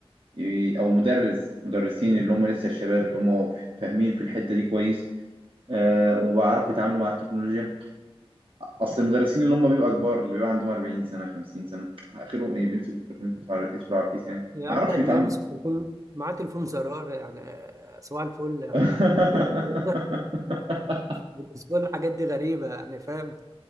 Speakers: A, on the right; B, on the right.
A: ي- او مدرس مدرسين اللي هم لسه الشباب اللي هم فاهمين في الحته دي كويس آه، وبيعرفوا يتعاملوا مع التكنولوجيا اصل المدرسين اللي هم بيبقوا كبار اللي بيبقى عندهم 40 سنه 50 سنه اخرهم ايه بيمسكوا التليفون يدخلوا على يدخلوا على الفيس يعني
B: يا
A: ما
B: عم
A: اعرفش
B: ده بيمسك
A: يتعاملوا
B: تليفون معاه تليفون زرار يعني آه، صباح الفل يعني
A: <laughs>
B: ما بالنسبه بالنسبة لي الحاجات دي غريبه يعني فاهم